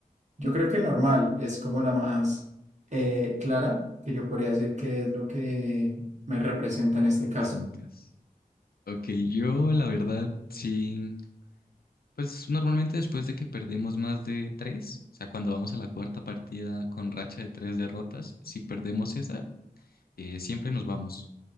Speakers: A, on the right; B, on the left.
A: Yo creo que normal es como la más eh, clara, que yo podría decir que es lo que me representa en este
B: lo
A: caso.
B: que sientes. Ok, yo la verdad sí, pues normalmente después de que perdemos más de tres, o sea, cuando vamos a la cuarta partida con racha de tres derrotas, si perdemos esa, eh, siempre nos vamos.